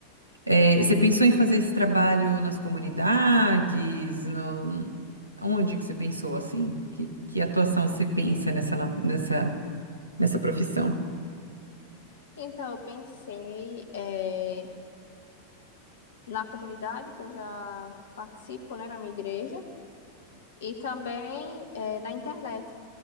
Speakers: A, on the right (about 85°); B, on the left (about 65°).
A: é, você pensou em fazer esse trabalho nas comunidades? No... Onde que você pensou assim? Que, que atuação você pensa nessa, na- nessa, nessa profissão?
B: Então eu pensei eh, na comunidade que eu já participo, né, na minha igreja, e também eh, na internet.